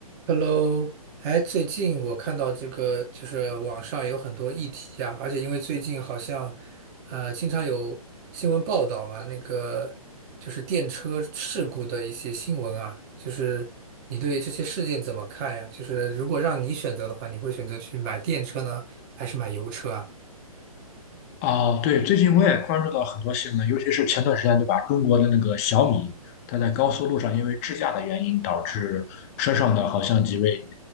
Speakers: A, on the right (about 30°); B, on the left (about 25°).
A: Hello，哎，最近我看到这个，就是网上有很多议题啊，而且因为最近好像，呃，经常有新闻报道嘛，那个就是电车事故的一些新闻啊，就是你对这些事件怎么看呀？就是如果让你选择的话，你会选择去买电车呢，还是买油车啊？
B: 哦，对，最近我也关注到很多新闻，尤其是前段时间，对吧？中国的那个小米，它在高速路上因为智驾的原因，导致车上的好像几位